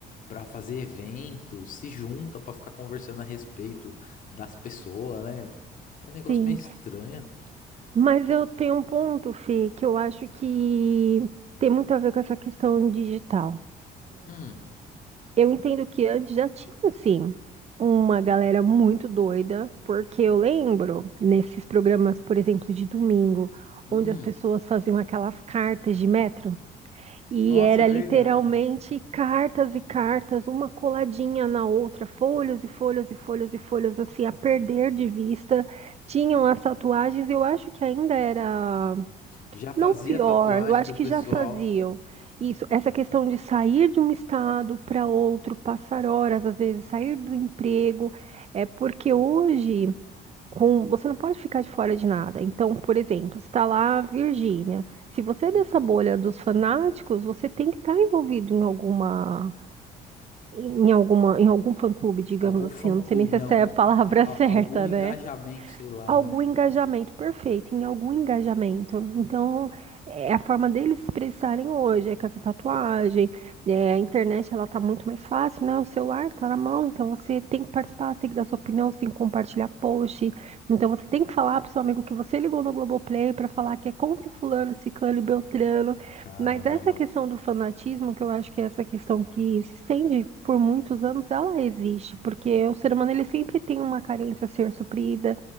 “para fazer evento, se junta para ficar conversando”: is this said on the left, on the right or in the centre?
Left